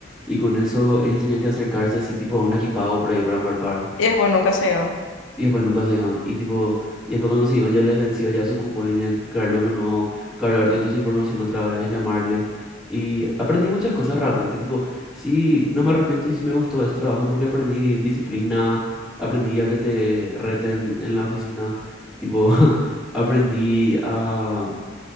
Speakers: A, in the centre; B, on the left.
A: Y con eso ellos tenían que acercarse así tipo a un equipado por ahí para poder pagar.
B: Y después nunca se iba.
A: Y después nunca se iban. Y tipo, y después cuando se iban ya les venció ya su cupón y tenían que cargarle uno no, cargar toda su información otra vez, llamarle. Y aprendí muchas cosas realmente. Tipo, sí, no me arrepiento y sí me gustó ese trabajo porque aprendí disciplina, aprendí a que te reten en la oficina. Tipo, <laughs> aprendí a,